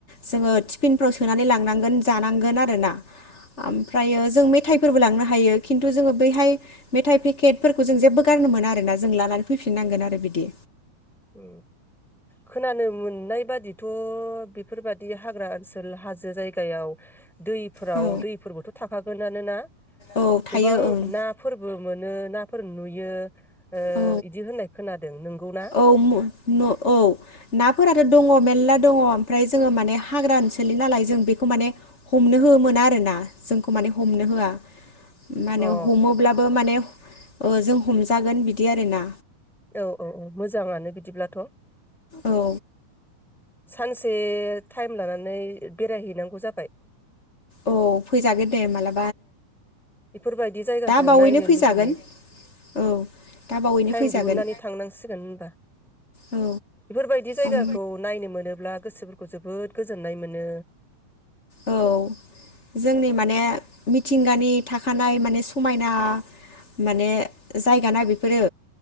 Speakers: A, on the left; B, in the centre.
A: जोंङो टिफिन फोराव सोनानै लानांगोन जानांगोन आरोना आमफ्रायो जों मे थाइफोरबो लांनो हायो खिन्थु जोङो बैहाय मेथाइ पेकेटफोरखौ जों जेबो गारनो मोना आरोना जों लानानै फैफिननांगोन आरो बिदि।
B: औ खोनानो मोननाय बादिथ' बेफोरबादि हाग्रा ओनसोल हाजो जायगायाव। दैफोराव
A: औ
B: दैफोरबोथ' थाखागोननो ना
A: औ थायो
B: गोबां
A: ओं
B: नाफोरबो मोनो ना। फोर नुयो। ओ
A: औ
B: इदि होननाय खोनादों नंगौना?
A: औ म न औ नाफोराथ' दङ मेरला दङ ओमफ्राय जोङो माने हाग्रा ओनसोलनि नालाय जों बेखौ माने हमनो हो मोना आरो ना जोंखौ माने हमनो होआ। माने
B: अ
A: हमोब्लाबो माने ओ जों हमजागोन बिदि आरोना।
B: औ औ औ मोजाङानो बिदिब्लाथ'।
A: औ।
B: सानसे थाइम लानानै बेरायहैनांगौ जाबाय।
A: औ फैजागोन दे माला
B: बेफोरबायदि जायगाखौ
A: बावैनो
B: नायनो
A: फैजागोन
B: लुबैयो
A: औ दा बावैनो
B: थाइम
A: फैजागोन
B: दिहुननानै थांनांसिगोन होनबा
A: औ
B: बेफोरबायदि जायगाखौ
A: ओम
B: नायनो मोनोब्ला गोसोफोर खौ जोबोद गोजोननाय मोनो।
A: औ जोंनि माने मिथिंगानि थाखानाय माने समायना। माने जायगा ना बेफोरो।